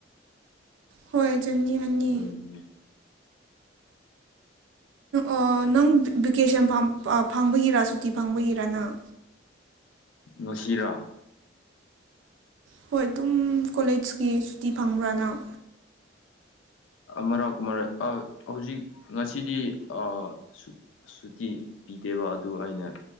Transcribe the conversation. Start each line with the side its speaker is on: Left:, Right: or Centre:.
Right: ꯍꯣꯏ ꯆꯅꯤ ꯑꯅꯤ
Left: ꯂꯣꯏꯅꯤꯡꯉꯦ
Right: ꯑꯣ ꯅꯪ ꯚꯦꯀꯦꯁꯟ ꯐꯪꯕꯒꯤꯔ ꯁꯨꯇꯤ ꯐꯪꯕꯒꯤꯔꯥ ꯅꯪ
Left: ꯉꯥꯁꯤꯔꯥ
Right: ꯍꯣꯏ ꯑꯗꯨꯝ ꯀꯣꯂꯦꯖꯀꯤ ꯁꯨꯇꯤ ꯐꯪꯕ꯭ꯔꯅꯪ
Left: ꯃꯔꯛ ꯃꯔꯛ ꯑ ꯍꯧꯖꯤꯛ ꯉꯁꯤꯗꯤ ꯑꯑ ꯁꯨ ꯁꯨꯇꯤ ꯄꯤꯗꯦꯕ ꯑꯗꯨ ꯑꯩꯅ